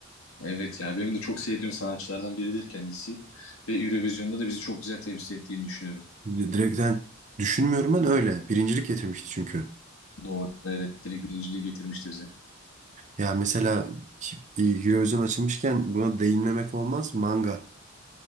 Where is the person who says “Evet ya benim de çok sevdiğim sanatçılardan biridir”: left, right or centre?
Left